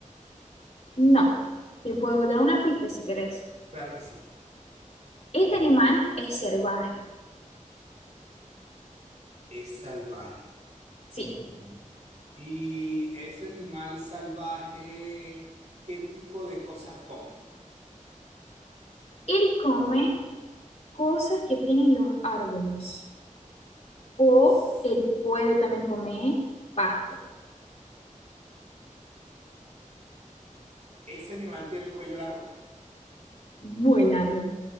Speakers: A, on the left; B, on the right.
A: No. Te
B: No.
A: puedo dar una pista si querés.
B: Claro que sí.
A: Este animal es salvaje,
B: Es salvaje.
A: sí.
B: Mm, mm. ¿Y ese animal salvaje, qué tipo de cosas come?
A: Él come cosas que tienen los árboles o
B: Pues,
A: él puede también comer pasto.
B: ¿Ese animal tiene el cuello largo?
A: Muy largo.